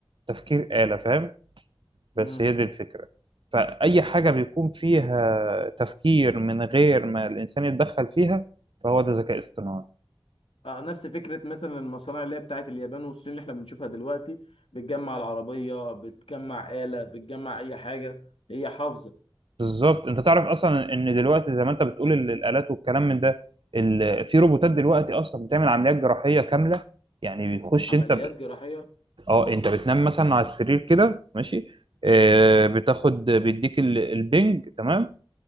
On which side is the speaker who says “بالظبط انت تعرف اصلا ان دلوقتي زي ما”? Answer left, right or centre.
Right